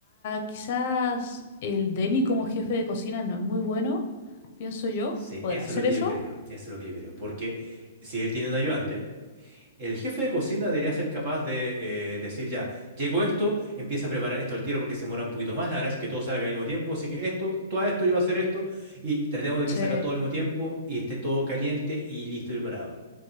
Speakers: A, on the left; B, on the right.
A: quizás el Denny como jefe de cocina no es muy bueno, pienso yo,
B: Sí,
A: ¿podrá
B: eso
A: hacer
B: es lo que
A: eso?
B: yo creo, eso es lo que yo creo, porque si él tiene un ayudante, el jefe de cocina debería ser capaz de eh, decir ya, llegó esto, empieza a preparar esto al tiro porque se demora un poquito más, la verdad es que todo salga al mismo tiempo, así que esto, todo esto yo voy a hacer esto y tratemos de
A: Sí,
B: que salga todo al mismo tiempo y esté todo caliente y listo y preparado.